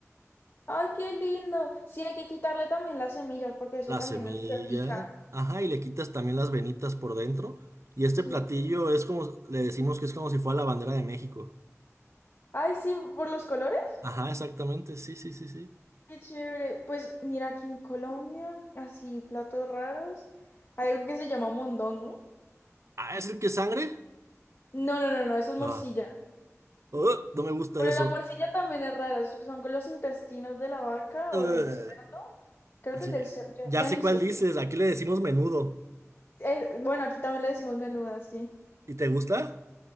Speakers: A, on the left; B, on the right.
A: Ay, qué lindo. Sí, hay que quitarle también las semillas porque eso
B: Las
A: también
B: semillas,
A: es lo que pica.
B: ajá, y le quitas también las venitas por dentro. Y este
A: Sí.
B: platillo es como, le decimos que es como si fuera la bandera de México.
A: Ay, sí, por los colores.
B: Ajá, exactamente, sí, sí, sí, sí.
A: Qué chévere. Pues mira, aquí en Colombia, así platos raros. Hay algo que se llama mondongo.
B: Ah, ¿es el que es sangre?
A: No, no, no, no, eso es
B: Ah,
A: morcilla.
B: uh, no me gusta
A: Bueno,
B: eso.
A: la morcilla también es rara. eso Son con los intestinos de la vaca
B: Uh,
A: o del cerdo. Creo que
B: sí,
A: es del cerdo, ya
B: ya
A: ya
B: sé
A: ni
B: cuál
A: sé.
B: dices. Aquí le decimos menudo.
A: Eh, bueno, aquí también le decimos menuda, sí.
B: ¿Y te gusta?